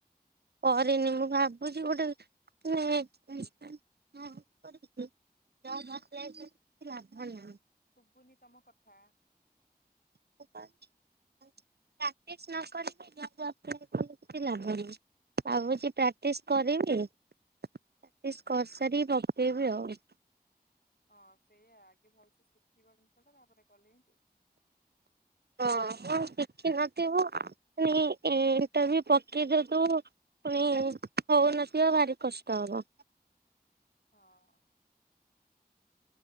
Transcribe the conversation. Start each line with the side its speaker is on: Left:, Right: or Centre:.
Right: କରିନି ମୁଁ ଭାବୁଛି କଉଠି ନେ ଇଁ ଅଁ କରିବି କି ଜବ ଆପ୍ଲାଏ <inaudible> ଲାଭ ନାହିଁ।
Left: ଶୁଭୁନି ତମ କଥା।
Right: <inaudible> ପ୍ରାକ୍ଟିସ ନ କରିକି ଜବ୍ ଆପ୍ଲାଏ କଲେ କିଛି ଲାଭ ନାଇ। ଭାବୁଛି ପ୍ରାକ୍ଟିସ କରିବି ପ୍ରାକ୍ଟିସ କରିସାରିକି ପକେଇବି ଆଉ।
Left: ହଁ ସେଇଆ ଆଗେ ଭଲସେ ଶିଖିବ ଜିନିଷ ଟା ତାପରେ କଲେ ହିଁ ଠିକ୍।
Right: ହଁ ହଁ ଶିଖିନଥିବୁ ପୁଣି ଇ ଇଣ୍ଟରଭ୍ୟୁ ପକେଇଦବୁ। ପୁଣି ହଉନଥିବ ଭାରି କଷ୍ଟ ହବ।
Left: ହଁ।